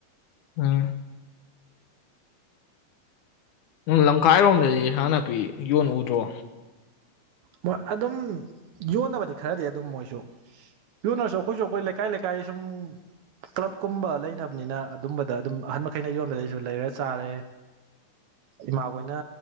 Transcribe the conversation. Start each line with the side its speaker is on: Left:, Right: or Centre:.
Left: ꯎꯝ ꯎꯝ ꯂꯝꯈꯥꯏꯔꯣꯝ ꯗꯗꯤ ꯍꯦꯟꯖꯥꯡ ꯅꯥꯄꯤ ꯌꯣꯟ ꯎꯗ꯭ꯔꯣ꯫
Right: ꯃꯣꯏ ꯑꯗꯨꯝ ꯌꯣꯟꯅꯕꯗꯤ ꯈꯔꯗꯤ ꯑꯗꯨꯝ ꯃꯣꯏꯁꯨ ꯌꯣꯟꯅꯔꯁꯨ ꯑꯩꯈꯣꯏꯁꯨ ꯑꯩꯈꯣꯏ ꯂꯩꯀꯥꯏ ꯂꯩꯀꯥꯏ ꯁꯨꯝ ꯀ꯭ꯂꯞ ꯀꯨꯝꯕ ꯂꯩꯅꯕꯅꯤꯅ ꯑꯗꯨꯝꯕꯗ ꯑꯗꯨꯝ ꯑꯍꯟ ꯃꯈꯩꯅ ꯌꯣꯟꯕꯗꯩꯁꯨ ꯂꯩꯔ ꯆꯥꯔꯦ ꯏꯃꯥꯈꯣꯏꯅ